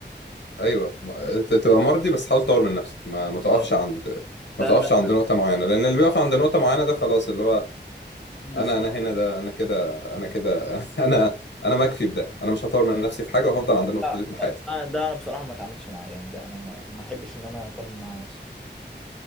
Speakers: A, on the left; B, in the centre.
A: ايوه ما- ت- تبقى مرضي بس حاول تطور من نفسك ما
B: بالظبط.
A: ما تقفش عند ما
B: لا
A: تقفش
B: لا
A: عند نقطة معينة لأن اللي بيقف عند نقطة معينة ده خلاص اللي هو
B: بالظبط
A: أنا أنا هنا ده أنا كده أنا كده <laughs> أنا أنا مكفي بده أنا مش هطور من نفسي في حاجة وهفضل عند النقطة
B: لا
A: دي طول حياتي
B: لا، ده ده انا بصراحه ما اتعاملش معاه يعني ده انا ما ما احبش ان انا اكمل معاه اصلا